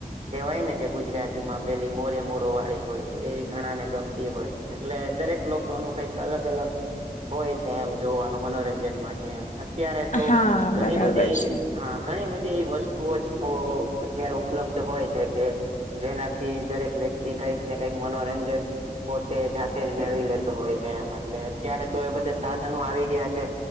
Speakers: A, on the right (about 45°); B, on the left (about 55°).
A: કેવાય ને કે ગુજરાતી માં પેલી મોરે મોરો વાળી હોય એવી ઘણા ને ગમતી હોય એટલે દરેક લોકો નુ કઈક અલગ અલગ હોય છે એમ જોવાનું મનોરંજન માટે એમ અત્યારે તો
B: હા
A: ઘણી
B: બરાબર
A: બધી
B: છે
A: હા ઘણી બધી વસ્તુઓ છો અત્યારે ઉપલબ્ધ હોય છે કે જેનાથી દરેક વ્યક્તિ કઈક ને કઈક મનોરંજન પોતે જાતે જ મેળવી લે તો હોય છે એમ એટલે અત્યારે તો એ બધા સાધનો આવી ગયા છે